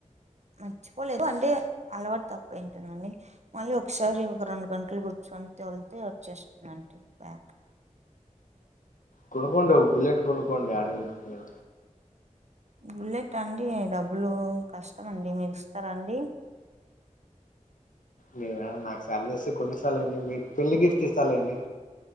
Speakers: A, on the right (about 60°); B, on the left (about 85°).
A: మర్చిపోలేదు అంటే అలవాటు తక్కువ అయ్యుటుందండి మళ్ళీ ఒకసారి ఒక రెండు గంటలు కూర్చొని తోళ్తే వచ్చేస్తున్నాండి బ్యాక్
B: కొనుకోండి ఓ బుల్లేట్ కొనుకోండి ఆడంలెటము
A: బుల్లెట్ అండి డబ్బులు కష్టమ్అండి మీరు ఇస్తారా అండి
B: నేనా నాకు సాలరీ వస్తే కొన్నిస్తాలేండి మీకు పెళ్లి గిఫ్ట్ ఇస్తాలేండి